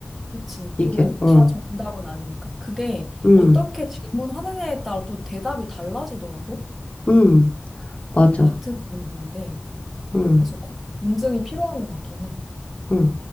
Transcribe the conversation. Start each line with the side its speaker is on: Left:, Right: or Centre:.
Centre: 그치.
Left: 이게,
Centre: 또
Left: 어,
Centre: 다 정답은 아니니까. 그게
Left: 음,
Centre: 어떻게 질문하느냐에 따라 또 대답이 달라지더라고.
Left: 음, 맞아.
Centre: 어, 같은 질문인데.
Left: 음.
Centre: 그래서 거- 검증이 필요한 것 같긴 해.
Left: 응.